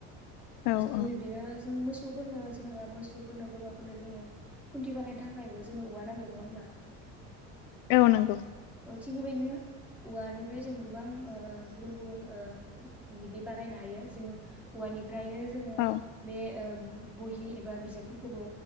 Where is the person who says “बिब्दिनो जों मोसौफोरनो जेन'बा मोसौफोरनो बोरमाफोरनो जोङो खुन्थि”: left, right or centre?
Centre